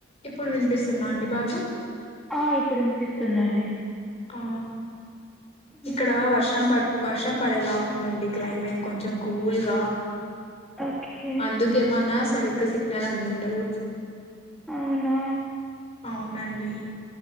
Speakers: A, on the left (about 30°); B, in the centre.
A: ఇప్పుడు పినిపిస్తుందా అండి బాగా
B: ఆ ఇప్పుడు వినిపిస్తుందండి
A: ఆ ఇక్కడ
B: మ్మ్.
A: వర్షం పడు వర్షం ర్షం పడేలాగుందండి క్లైమేట్ కొంచెం కూల్ గా
B: ఓకే
A: అందుకేమన్నా సరే సిగ్నల్ అంది ఉండదు
B: అవునా
A: అవునండి